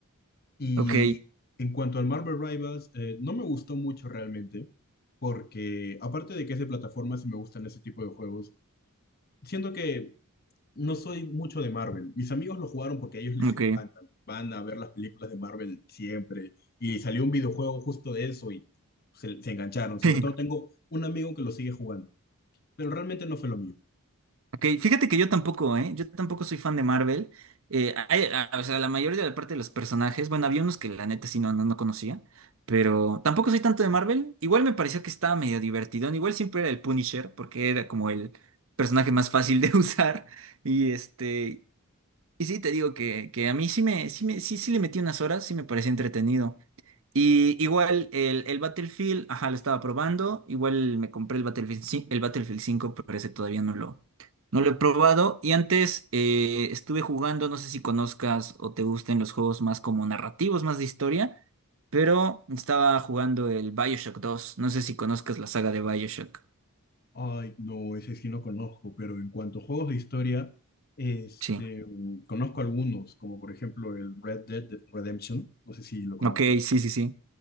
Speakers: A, on the left; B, on the right.
A: Y
B: ok,
A: en cuanto al Marvel Rivals, eh, no me gustó mucho realmente, porque aparte de que es de plataformas y me gustan ese tipo de juegos, siento que no soy mucho de Marvel. Mis amigos lo jugaron porque a ellos les
B: ok.
A: encantan. Van a ver las películas de Marvel siempre. Y salió un videojuego justo de eso y se, se engancharon. Sobre
B: <laughs>
A: todo tengo un amigo que lo sigue jugando, pero realmente no fue lo mío.
B: Ok, fíjate que yo tampoco, ¿eh? Yo tampoco soy fan de Marvel. Eh, hay- a- o sea, la mayoría de la parte de los personajes, bueno, había unos que la neta sí no, no, no conocía, pero tampoco soy tanto de Marvel. Igual me pareció que estaba medio divertido. Igual siempre era el Punisher, porque era como el personaje más fácil de <laughs> usar. Y este, y sí te digo que, que a mí sí me, sí me, sí, sí le metí unas horas, sí me parecía entretenido. Y igual el, el Battlefield, ajá, lo estaba probando. Igual me compré el Battlefield, ci- el Battlefield cinco pero ese todavía no lo, no lo he probado. Y antes eh, estuve jugando, no sé si conozcas o te gusten los juegos más como narrativos, más de historia, pero estaba jugando el BioShock dos No sé si conozcas la saga de BioShock.
A: Ay, no, ese sí no conozco, pero en cuanto a juegos de historia, este,
B: Sí.
A: mm, conozco algunos, como por ejemplo el Red Dead Redemption, no sé si lo conozcas.
B: Ok, sí, sí, sí.